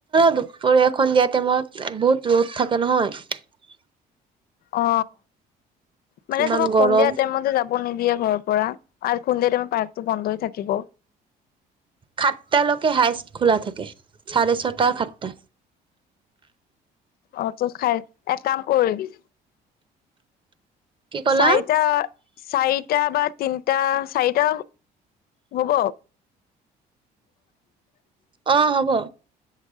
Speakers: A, on the right; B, on the left.
A: দুপৰীয়া এখন দিয়া টাইমত বহুত ৰ'দ থাকে নহয়
B: অ মানে
A: ইমান
B: তোমাক
A: গৰম
B: সন্ধিয়া টাইমতে যাব নিদিয়ে ঘৰৰ পৰা সুধে টাইমত পাৰ্কটো বন্ধই থাকিব
A: সাতালৈকে হাইছ খোলা থাকে চাৰে ছটা সাটটা
B: অ তোৰ খাই এক কাম কৰিবি
A: কি ক'লা
B: চাৰিটা চাৰিটা বা তিনিটা চাৰিটা হব
A: অ হ'ব